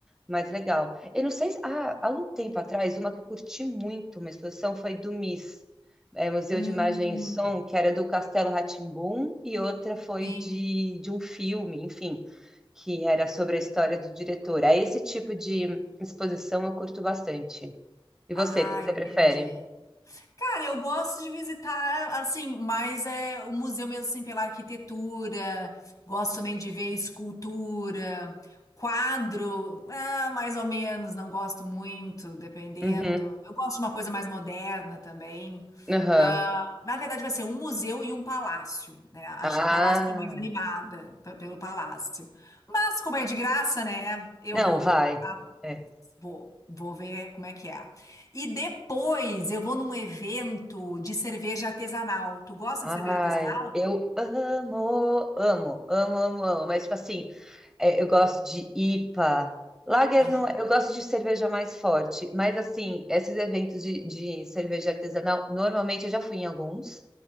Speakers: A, in the centre; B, on the left.
A: mais legal. Eu não sei, se- ah, há um tempo atrás, uma que eu curti muito, uma exposição foi do Miss é, Museu
B: Hum,
A: de Imagem e Som, que era do Castelo rá e outra foi
B: sim.
A: de, de um filme, enfim, que era sobre a história do diretor. Aí esse tipo de exposição eu curto bastante. E você,
B: Ah,
A: qual que
B: entendi.
A: você prefere?
B: Cara, eu gosto de visitar, assim, mais é o museu mesmo, assim, pela arquitetura. Gosto também de ver escultura, quadro, ah, mais ou menos, não gosto muito, dependendo.
A: Uhum,
B: Eu gosto de uma coisa mais moderna também.
A: aham.
B: Ah, na verdade, vai ser um museu e um palácio, né? Acho
A: Ah,
B: que o palácio eu tô mais animada p- pelo palácio. Mas, como é de graça, né? Eu
A: não,
B: vou.
A: vai. É.
B: Vou, vou ver como é que é. E depois eu vou num evento de cerveja artesanal. Tu gosta
A: Ai,
B: de cerveja artesanal?
A: eu amo, amo, amo, amo, amo. Mas, tipo assim, é, eu gosto de IPA. Lager
B: Aham.
A: não, é, eu gosto de cerveja mais forte. Mas, assim, esses eventos de, de cerveja artesanal, normalmente eu já fui em alguns.